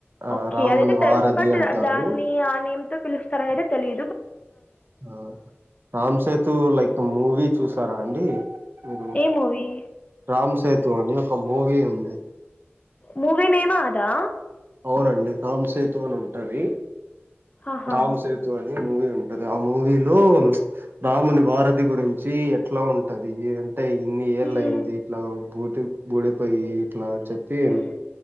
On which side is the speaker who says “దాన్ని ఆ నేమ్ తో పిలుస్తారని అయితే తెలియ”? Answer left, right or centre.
Left